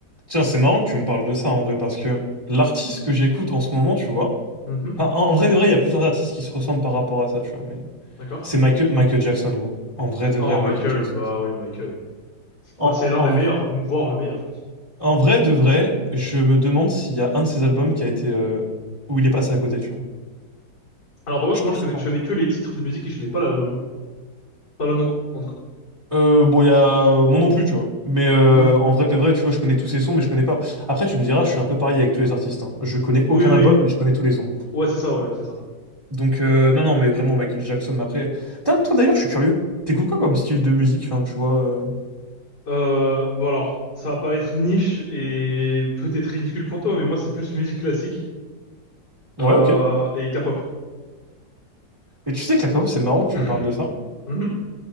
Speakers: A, on the right; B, on the left.
A: Tiens, c'est marrant que tu me parles de ça en vrai, parce que l'artiste que j'écoute en ce moment, tu vois,
B: Mhm,
A: enfin, en, en vrai de vrai, il y a plusieurs artistes qui se ressemblent par rapport à ça, tu vois, mais
B: d'accord.
A: c'est Michael, Michael Jackson, gros. En vrai de
B: Oh,
A: vrai, Michael
B: Michael,
A: Jackson.
B: bah oui, Michael, oui.
A: En,
B: Bah, c'est l'un
A: en,
B: des meilleurs, m- voire le meilleur, je pense.
A: en- en vrai de vrai, je me demande s'il y a un de ses albums qui a été euh, où il est passé à côté, tu vois.
B: Alors, par contre,
A: Je
B: moi,
A: pense
B: je connais,
A: pas.
B: je connais
A: hein.
B: que les titres de musique et je connais pas l'album. Pas le nom, en tout cas.
A: Euh, bon, il y a euh, moi non plus, tu vois. Mais euh,
B: Hmm.
A: en vrai de vrai, tu vois, je connais tous ses sons, mais je connais pas. Après, tu me diras, je suis un peu pareil avec tous les artistes. hein. Je connais
B: Oui,
A: aucun
B: oui,
A: album,
B: oui.
A: mais je connais tous les sons.
B: Ouais, c'est ça, ouais, c'est ça.
A: Donc, euh, non, non, mais vraiment, Michael Jackson, mais après... Putain, toi, d'ailleurs, je suis curieux. T'écoutes quoi comme style de musique, enfin, tu vois... euh,
B: Euh, bon, alors, ça va paraître niche et peut-être ridicule pour toi, mais moi, c'est plus musique classique
A: Ouais,
B: euh,
A: ok.
B: et K-pop.
A: Mais tu sais que la K-pop, c'est marrant que tu
B: <coughs>
A: me parles de ça.
B: Mhm.